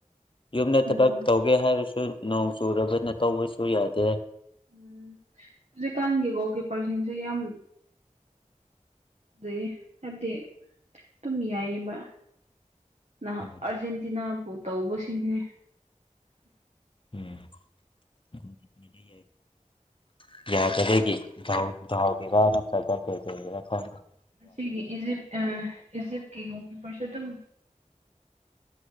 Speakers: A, on the left; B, on the right.
A: ꯌꯨꯝꯗ
B: ꯎꯝ
A: ꯊꯕꯛ ꯇꯧꯕ ꯇꯧꯒꯦ ꯍꯥꯏꯔꯁꯨ ꯅꯣꯡ ꯆꯨꯔꯕꯅ ꯇꯧꯕꯁꯨ ꯌꯥꯗꯦ
B: ꯎꯝ ꯍꯧꯖꯤꯛꯀꯥꯟꯒꯤꯀꯣ ꯑꯣꯀꯤꯌꯄꯔꯁꯟꯁꯦ ꯌꯥꯝ ꯑꯗꯨꯗꯩ ꯍꯥꯏꯕꯗꯤ ꯇꯨꯝꯃꯤꯉꯥꯏꯒꯤꯕ ꯅꯍ
A: ꯎꯝ
B: ꯑꯥꯔꯖꯦꯟꯇꯤꯅꯥꯕꯨ ꯇꯧꯕꯁꯤꯡꯁꯦ
A: ꯎꯝ <unintelligible> ꯌꯥꯖꯒ ꯥꯎꯒꯤꯦꯔꯥ ꯅꯠꯇ꯭ꯔꯒ ꯀꯩꯗꯧꯒꯦꯔꯥ ꯈꯪ <unintelligible>
B: ꯃꯁꯤꯒꯤ ꯏꯖꯤꯞ ꯏꯖꯤꯞꯀꯤ ꯄꯔꯁ ꯑꯗꯨꯝ